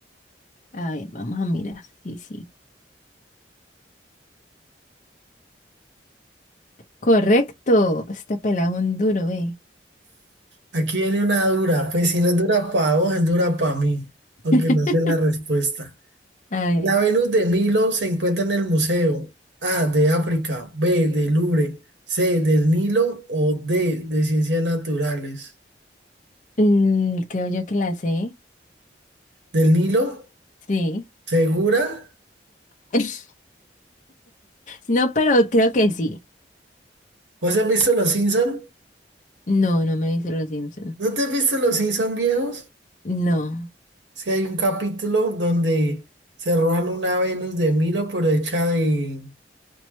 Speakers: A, on the left; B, on the right.
A: A ver, vamos a mirar. Sí, sí. Correcto. Este pelado es un duro, eh.
B: Aquí viene una dura. Pues si no es dura para vos, es dura para mí.
A: <laughs>
B: Aunque no sé la respuesta.
A: A ver,
B: La Venus de Milo se encuentra en el museo A de África, B del Louvre, C del Nilo o D de Ciencias Naturales.
A: mm, creo yo que la c.
B: ¿Del Nilo?
A: Sí.
B: ¿Segura?
A: <laughs> No, pero creo que sí.
B: ¿Vos has visto Los Simpson?
A: No, no me dice los Simpsons.
B: ¿No te has visto Los Simpson viejos?
A: No.
B: Si hay un capítulo donde se roban una Venus de Milo, pero hecha de,